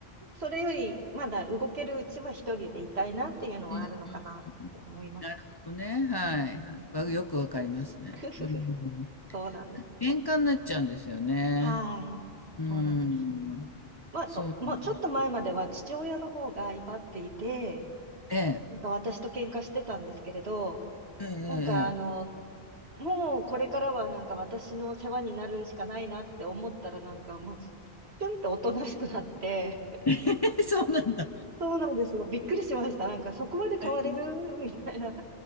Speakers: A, on the right (about 80°); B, on the left (about 30°).
A: それより、まだ動けるうちは一人でいたいなっていうのはあるのかなって思います。
B: うん。なるほどね。はい。
A: うん。
B: はいわよくわかりますね。
A: <laughs>
B: うん
A: そうなんですよ。
B: 喧嘩になっちゃうんですよね。
A: はい。
B: うーん。
A: そうなんです。まあ、
B: そうなんです。
A: おもうちょっと前までは父親の方が威張っていて、
B: ええ。
A: なんか私と喧嘩してたんですけれど、
B: えええ
A: なんかあの、もうこれからはなんか私の世話になるしかないなって思ったらなんかもう、シュンっておとなしくなって、
B: えええ <laughs>。そうなんだ。
A: そうなんですよ。びっくりしました。なんかそこまで変われるみたいな。
B: ええ、